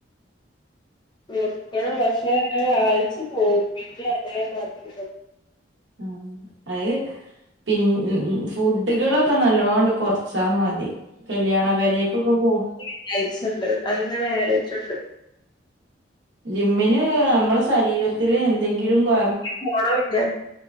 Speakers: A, on the left; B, on the right.
A: <unintelligible> ഒരു ആഴ്ച പോവും പിന്നെ അതേമാതിരി
B: ആഹ് അഹ് പിന്ന ഫുഡുകളൊക്കെ നല്ലോട് കുറച്ചാ മതി കല്ല്യാണ പേരേക്കൊക്കെ പോ
A: വിചാരിച്ചുണ്ട് അത്ങ്ങനെ ആലോചിച്ചുണ്ട്
B: ജിമ്മിന് നമ്മള ശരീരത്തില് എന്തെങ്കിലും കൊ
A: പോണില്ല